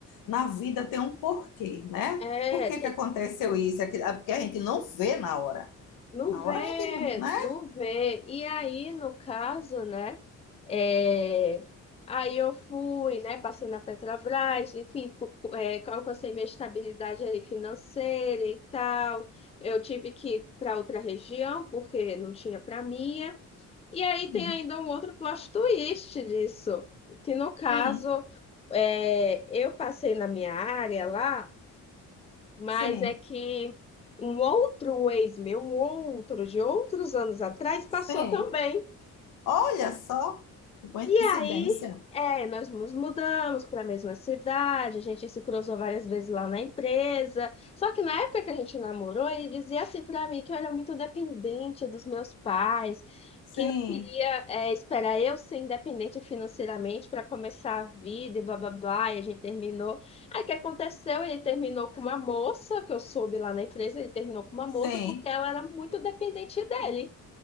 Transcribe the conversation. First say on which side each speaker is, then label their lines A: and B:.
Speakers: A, on the left; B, on the left.
A: na vida tem um porquê, né?
B: É,
A: Por que
B: tem
A: que aconteceu isso? É que- é porque a gente não vê na hora.
B: Não
A: Na
B: vê,
A: hora a gente não, né?
B: não vê. E aí, no caso, né? é, Aí eu fui, né? Passei na Petrobras, enfim, co- co- é, alcancei minha estabilidade aí financeira e tal. Eu tive que ir para outra região, porque não tinha para minha. E aí tem
A: Hum,
B: ainda um outro plot twist disso, que no caso,
A: hum,
B: é, eu passei na minha área lá mas
A: sim,
B: é que um outro ex meu, um outro de outros anos atrás, passou
A: sim.
B: também.
A: Olha só, que coincidência.
B: E aí, é, nós nos mudamos para a mesma cidade, a gente se cruzou várias vezes lá na empresa. Só que na época que a gente namorou, ele dizia assim para mim que eu era muito dependente dos meus pais,
A: Sim,
B: que não queria, é, esperar eu ser independente financeiramente para começar a vida e blá blá blá. E a gente terminou. Aí o que aconteceu? Ele terminou com uma moça, que eu soube lá na empresa, ele terminou com uma moça
A: sim.
B: porque ela era muito dependente dele.